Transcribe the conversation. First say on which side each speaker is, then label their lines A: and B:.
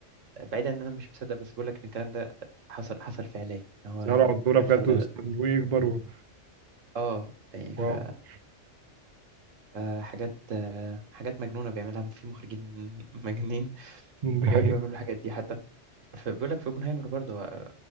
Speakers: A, on the right; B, on the right.
A: آه، بعيد عن ان انا مش مصدق بس بقول لك ان الكلام ده حصل حصل فعليا ان هو
B: زرعوا على الدوره بجد
A: خلى
B: واستنوه يكبر و...
A: اه يعني
B: واو
A: ف آه، حاجات آه، حاجات مجنونة بيعملها في مخرجين <laughs> مجانين
B: <laughs> دي
A: بيحبوا
B: حقيقة
A: يعملوا الحاجات دي حتى ف- بيقول لك في اوبنهايمر برضه هو